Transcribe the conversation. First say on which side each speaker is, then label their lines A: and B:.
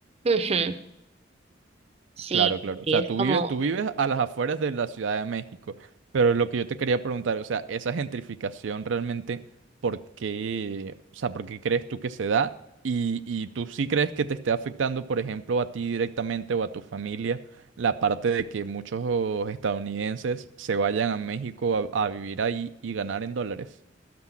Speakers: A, on the right; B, on the right.
A: Ujú, Sí,
B: Claro, claro.
A: sí,
B: O sea,
A: es
B: tú
A: como
B: vives, tú vives a las afueras de la Ciudad de México, pero lo que yo te quería preguntar, o sea, esa gentrificación realmente, ¿por qué, o sea, por qué crees tú que se da? Y, y tú sí crees que te esté afectando, por ejemplo, a ti directamente o a tu familia, la parte de que muchos estadounidenses se vayan a México a, a vivir ahí y ganar en dólares.